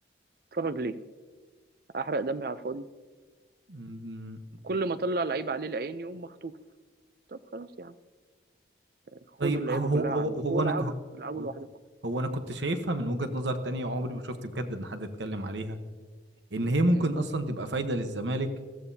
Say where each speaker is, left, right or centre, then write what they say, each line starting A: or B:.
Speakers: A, on the right; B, on the right.
A: اتفرج ليه احرق دمي على الفاضي
B: مم.
A: كل ما اطلع لعيب عليه العين يقوم مخطوف طب خلاص يا عم خدوا
B: طيب
A: اللعيبه
B: هو
A: كلها
B: هو
A: عندكم
B: هو
A: والعبوا
B: انا هو
A: العبوا
B: هو
A: لوحدكم
B: هو انا كنت شايفها من وجهة نظر تانية وعمري ما شفت بجد ان حد اتكلم عليها ان هي ممكن
A: امم
B: اصلا تبقى فايدة للزمالك